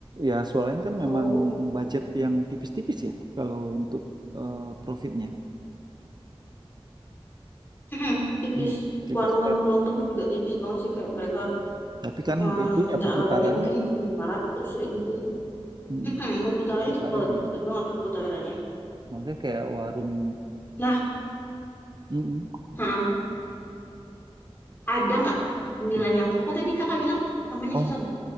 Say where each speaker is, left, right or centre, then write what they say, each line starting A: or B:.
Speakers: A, on the right (about 45°); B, on the left (about 20°).
A: Ya, soalnya kan memang
B: Oh,
A: budget yang tipis-tipis ya kalau untuk eh, profitnya.
B: Mm-mm, tipis.
A: Hmm, tipis.
B: Warung-warung
A: Tapi,
B: kelontong tuh juga tipis banget sih. Kayak mereka
A: tapi kan
B: eh,
A: itunya
B: minta
A: perputarannya.
B: labanya mungkin lima ratus ribu.
A: Hmm,
B: Mm-mm, perputarannya
A: perputarannya.
B: cepet. Cepet banget perputarannya.
A: Makanya kayak warung.
B: Nah,
A: Mm,
B: ha-ha, ada nggak cemilan
A: mm.
B: yang... Apa tadi kakak bilang? Namanya
A: Oh,
B: susah. be-